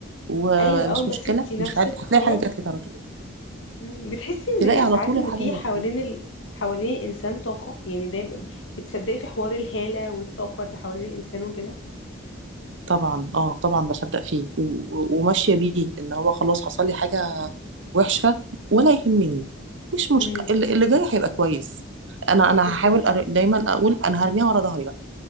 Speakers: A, on the right; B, on the left.
A: ومش
B: أيوه أول ما
A: مشكلة
B: سبتي نفسك
A: مش عارف هتلاقي
B: خلاص
A: حاجة جات لك على طول
B: مم. بتحسي ان
A: تلاقي على
B: ساعات
A: طول
B: ان
A: الحاجة
B: في
A: جات
B: حوالين ال... حوالين الانسان طاقة يعني دايما بتصدقي في حوار الهالة والطاقة اللي حوالين الانسان وكده
A: طبعا اه طبعا بصدق فيه و- و- وماشيه بيه ان هو خلاص حصل لي حاجه وحشه ولا يهمني مش مشكله
B: امم
A: اللي اللي جاي هيبقى كويس انا انا
B: بالظبط
A: هحاول أر- دايما اقول انا هرميها ورا ظهري بقى